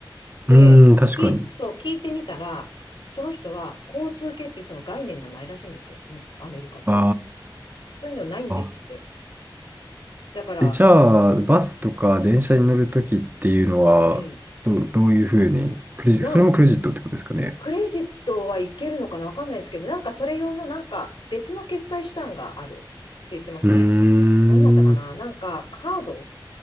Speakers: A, on the left; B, on the right.
A: で、
B: ーん、確かに。
A: き、そう、聞いてみたら、その人は交通系っていうその概念がないらしいんですよ。もうアメリカって。
B: あ
A: そういうのないんですって。
B: あ。
A: だから、
B: え、じゃあ、バスとか電車に乗るときっていうのは、
A: うん。
B: どう、どういうふうに、クレジ、
A: なん、
B: それもクレジットってことですかね。
A: クレジットはいけるのかなわかんないですけど、なんかそれ用のなんか別の決済手段があるって言ってましたね。
B: うーん。
A: 何だったかななんかカード